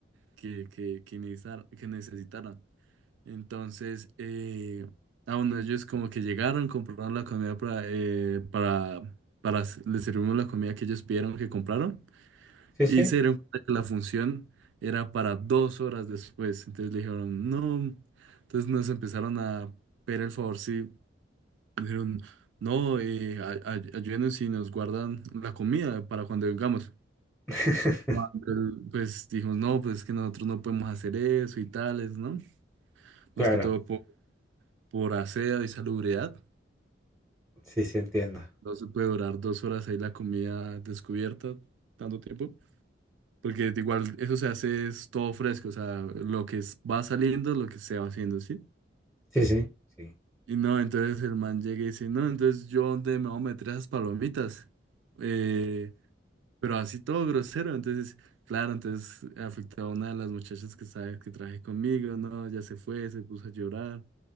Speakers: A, on the right; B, in the centre.
A: que, que, que, necesitar- que necesitaran. Entonces, eh, ah, bueno, ellos como que llegaron, compraron la comida para, eh, para, para. s- Les servimos la comida que ellos pidieron que compraron.
B: Sí,
A: Y
B: sí.
A: se dieron cuenta que la función era para dos horas después. Entonces le dijeron, no. Entonces nos empezaron a pedir el favor, sí. Dijeron, no, eh, ay- ay- ayúdenos y nos guardan la comida para cuando vengamos.
B: <laughs>
A: Cuando él, pues dijo, no, pues es que nosotros no podemos hacer eso y tales, ¿no?
B: Claro,
A: Más que todo por, por aseo y salubridad.
B: sí, sí, entiendo.
A: No se puede durar dos horas ahí la comida descubierta, tanto tiempo. Porque igual eso se hace es todo fresco, o sea, lo que es- va saliendo, lo que se va haciendo, ¿sí?
B: Sí, sí, sí.
A: Y no, entonces el man llega y dice, no, entonces yo dónde me voy a meter esas palomitas. Eh, pero así todo grosero, entonces, claro, entonces afectó a una de las muchachas que sabes que traje conmigo, no, ya se fue, se puso a llorar.